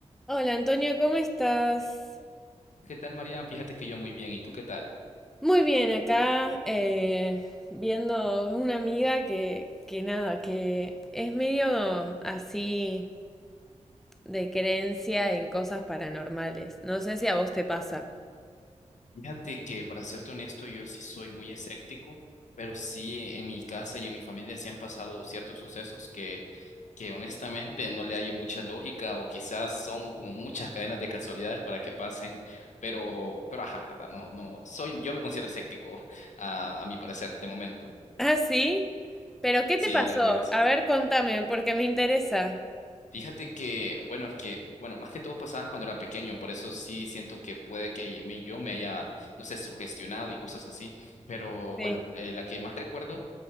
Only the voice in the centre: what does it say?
Hola Antonio, ¿cómo estás?
Muy bien, acá eh, viendo una amiga que, que nada, que es medio así de creencia en cosas paranormales. No sé si a vos te pasa.
Ah, sí, pero ¿qué
te pasó?
A ver, contame, porque me interesa.
Sí,